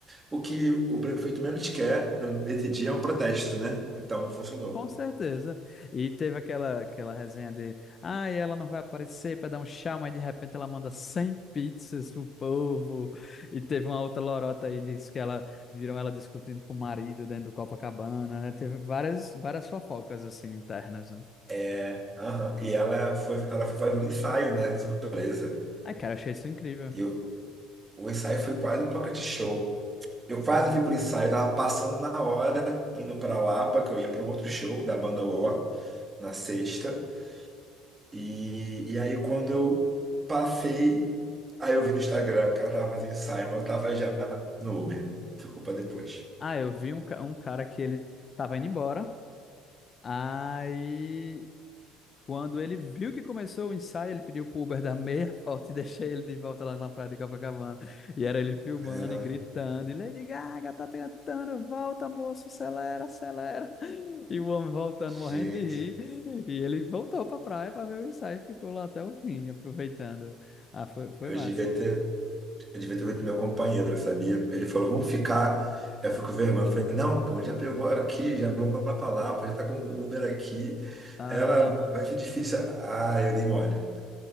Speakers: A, on the right; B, on the left.
A: O que o prefeito menos quer no- nesse dia é um protesto, né? Então, funcionou.
B: Com certeza. E teve aquela, aquela resenha de, ah, ela não vai aparecer para dar um tchau, mas de repente ela manda 100 pizzas pro povo. E teve uma outra lorota aí, disse que ela, viram ela discutindo com o marido dentro do Copacabana, né? Teve várias, várias fofocas, assim, internas, né?
A: É, aham. E ela foi, ela foi fazer um ensaio, né? Surpresa.
B: Ai, cara, eu achei isso incrível.
A: E o, o ensaio foi quase um pocket show. Eu
B: Sim.
A: quase fui pro ensaio, tava passando na hora, indo pra Lapa, que eu ia pra um outro show da banda O, na sexta. E, e aí quando eu passei, aí eu vi no Instagram que ela tava fazendo ensaio, mas eu tava já no Uber. Ficou pra depois.
B: Ah, eu vi um, ca- um cara que ele tava indo embora, aí Quando ele viu que começou o ensaio, ele pediu pro Uber <laughs> dar meia volta e deixei ele de volta lá na praia de Copacabana. E era ele filmando
A: Ah,
B: e gritando, e Lady Gaga tá cantando, volta, moço, acelera, acelera. <laughs> E o homem voltando, morrendo
A: gente,
B: de rir. E ele voltou pra praia pra ver o ensaio e ficou lá até o fim, aproveitando. Ah, foi, foi
A: eu
B: massa.
A: devia ter, eu devia ter feito meu companheiro, sabia? Ele falou, vamos ficar. Eu fico com vergonha. Eu falei, não, pô, já pegou aqui, já vamos lá pra Lapa, já tá com o Uber aqui.
B: Ah,
A: Ela,
B: mano.
A: vai ser difícil. Ah, eu dei mole.